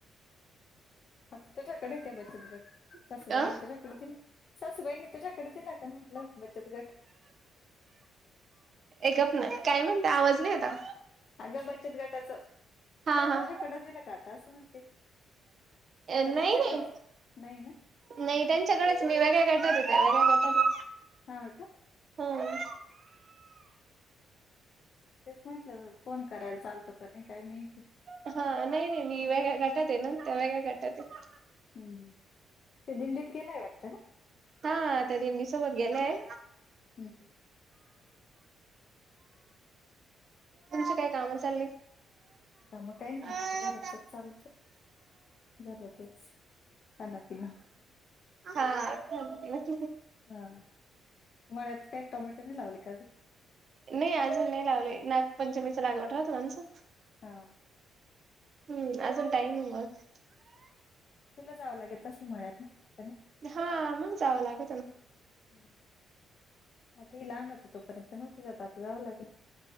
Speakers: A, on the left; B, on the right.
A: आता तुझ्याकडं हाय का बचत गट सासूबाईंनी
B: का?
A: तुझ्याकडं दिला सासूबाईंनी तुझ्याक कडे दिला का म्हंटल, बचत गट
B: ए गप्प ना, काय म्हणते आवाज नाही येता.
A: अगं बचत गटाच,
B: हा हा
A: तुझ्याकडं दिला का आता असं म्हणते? का
B: नाही,
A: त्यांच्याकडेच
B: नाही.
A: नाही ना
B: नाही त्यांच्याकडेच मी वेगळ्या गटात हाय वेगळ्या गटात हो.
A: हा का!
B: हम्म
A: तेच म्हटलं फोन करायला चालतो का नाही काय माहिती.
B: हा, नाही, नाही मी वेगळ्या गटात हाय ना त्या वेगळ्या गटात हाय.
A: हम्म, हम् ते दिंडीत गेलाय वाटतं ना?
B: हा, आता दिंडी सोबत गेलाय.
A: हम् हम
B: तुमच काय काम चालली?
A: का मग काय नाही,
B: हा
A: आजचं रोजचच चालतं. घरातच खाणपिण
B: हा, खाऊन पिऊन
A: हा, मळ्यात काय टामॅटो नाही लावले का गं?
B: नाही अजून नाही लावले, नागपंचमीचा लागवड राहत ना ते
A: हा
B: हम्म, अजून टाईम होयच
A: तुला जावं लागत असेल मळ्यात? का नाही
B: हा मग जावं लागत ना.
A: हम, आता ही लहान होते तोपर्यंत नव्हती जात आता जावं लागतं